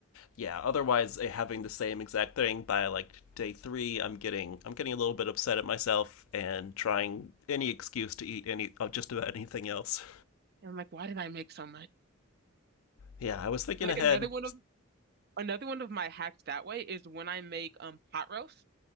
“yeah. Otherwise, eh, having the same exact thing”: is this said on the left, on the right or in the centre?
Left